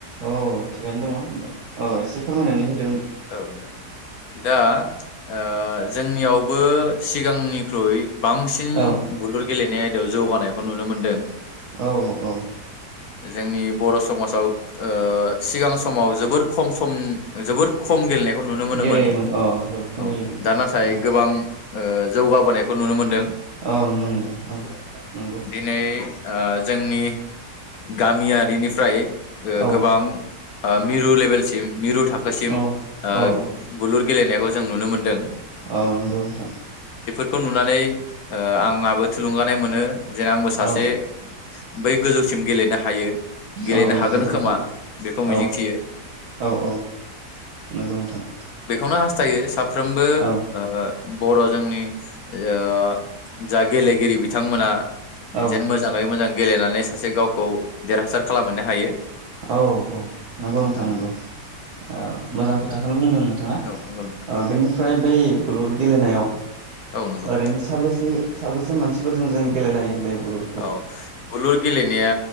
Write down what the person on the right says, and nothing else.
औ थिगानो दङ औ एसे फोरमायनानै हो
औ
औ औ
गेलेयोमोन अ जोबोद खम
गेलेयोमोन
औ नुनो मोनदों औ नंगौ।
औ
औ
औ
औ नांगौ नोंथां।
औ
औ औ
नंगौ
नोंथां
औ औ औ। नंगौ नोंथां।
औ
औ
औ औ नंगौ नोंथां
नंगौ। ओ मोजां खोथाखौनो बुंदों। थाङा
ओ बेनिफ्राय बै बुलुर गेलेनायाव
ओरैनो साबोसे? साबेसे मानसिफोरजों जों गेलेनो हायो बे बुलुरखौ